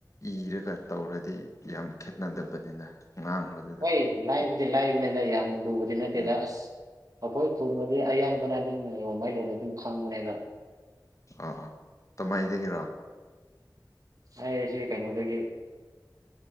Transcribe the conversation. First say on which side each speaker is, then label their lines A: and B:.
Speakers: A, on the right; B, on the left.
A: ꯎꯝ
B: ꯏꯔꯒ ꯇꯧꯔꯗꯤ ꯌꯥꯝ ꯈꯦꯠꯅꯗꯕꯅꯤꯅ ꯉꯥꯡꯕꯗ ꯇꯞ
A: ꯍꯣꯏ ꯂꯥꯏꯕꯨꯗꯤ ꯂꯥꯏꯕꯅꯤꯗ ꯌꯥꯝꯅ ꯂꯨꯕꯗꯤ ꯅꯠꯇꯦꯗ
B: ꯎꯝ
A: ꯑꯁ ꯑꯩꯈꯣꯏ ꯈꯨꯨꯟꯗꯗꯤ ꯑꯌꯥꯝ ꯑꯣ ꯃꯥꯏ ꯂꯣꯅ ꯑꯗꯨꯝ ꯈꯪꯕꯅ
B: ꯑꯥꯥ ꯑ ꯇꯃꯩꯗꯒꯤꯔꯣ
A: <unintelligible> ꯑꯩ ꯑꯁꯤ ꯀꯩꯅꯣꯗꯒꯤ